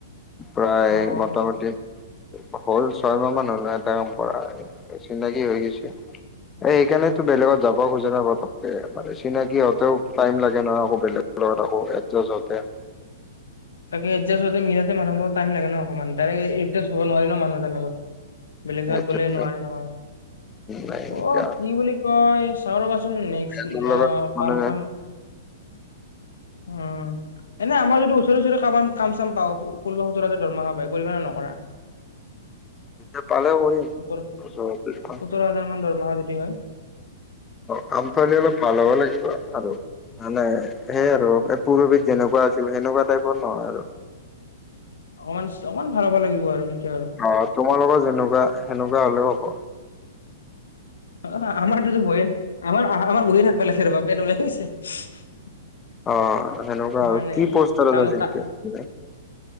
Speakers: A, on the left; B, on the left.
A: প্ৰায়
B: অ।
A: মোটামুটি হ'ল ছয়মাহ মান হলে কাম কৰা চিনাকি হৈ গৈছে। এ সেইকাৰণেতো বেলেগত যাব খোজে ন পতককে মানে চিনাকি হতেও টাইম লাগে নহয় আকৌ বেলেগ লগত আকৌ একজাৰ্জ হ‌ওতে
B: তাকে এডজাষ্ট হওঁতে মিলাটে মানুহ লগত টাইম লাগে ন অকণমান, তাৰেই একজাৰ্জ হ'ব নোৱাৰি ন মানুহ এটাৰ লগত বেলেগ
A: সেইটোৱেটো
B: যেগাত গ'লে নোৱাৰি নহয়।
A: নাই এতিয়া
B: অ কি বুলি কয় চাও ৰ'বাচোন নেক্স
A: তোৰ লগত
B: আহ
A: মানে
B: কাম চাম উম। এনে আমাৰ যদি ওচৰে ওচৰে কাম কাম চাম পাও, ষোল্ল সোতৰ হাজাৰ ধৰমহা পায় কৰিবা নে নকৰা?
A: এয়া পালে কৰিম
B: সোতৰ
A: <unintelligible>
B: সোতৰ হাজাৰ মান দৰমহা যদি হয়।
A: কাম পালে অলপ ভাল হ'ব লাগিব আৰু। মানে সেই আৰু এই পুৰবিধ যেনেকুৱা আছিল সেনেকুৱা টাইপৰ নহয় আৰু।
B: <inaudible> অকমান ভাল হ'ব লাগিব আৰু সেইটোৱে আৰু।
A: অ তোমাৰ লগত যেনেকুৱা সেনেকুৱা হলেও হব।
B: অ আমাৰ এইটো হয়ই আমাৰ আহ আমাৰ বহি থাকিব লাগে ৰবা পেট ওলাই গৈছে <unintelligible> <unintelligible>
A: অ সেনেকুৱা আৰু
B: মানে
A: কি পষ্টাৰ
B: কাম
A: যেক
B: কা
A: <unintelligible>